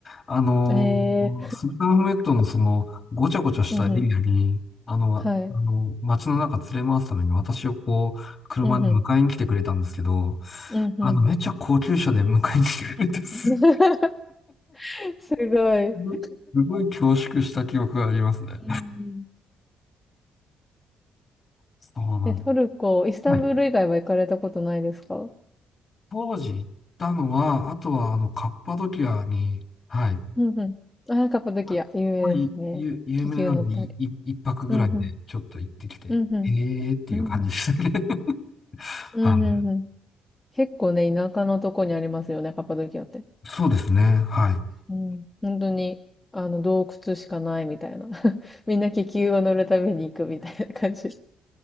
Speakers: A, on the left; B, on the left.
A: あの、
B: ん。え
A: スルタンフメットのその、ごちゃごちゃしたエリアに、
B: ー、うんうん。
A: あの、
B: はい。
A: あの、街の中連れ回すために私をこう、車で迎えに来てくれたんですけど、
B: うんうん。うんうん。
A: あの、めっちゃ高級車で迎えに来てくれてす、
B: <laughs>
A: す
B: すごい。うん
A: ごい、すごい恐縮した記憶がありますね。
B: うん
A: そうなん、
B: え、トルコ、イスタンブール以外は行かれたことないですか
A: はい。当時行ったのは、あとはあの、カッパドキアに、はい。
B: うんうん。ああ、カッパドキア、
A: まあ、
B: 有名ですね。
A: まあいゆ、有名なんで、
B: 気球乗ったり。
A: いい一泊ぐらいでちょっと行ってきて、
B: うんうん。うんうん。
A: へえーっていう感じですね。
B: うんうん。
A: <laughs>
B: うんうんうん。
A: はい。
B: 結構ね、田舎のとこにありますよね、カッパドキアって。
A: そうですね。はい。
B: うん。本当に、あの、洞窟しかないみたいな。<laughs> みんな気球を乗るために行くみたいな感じ。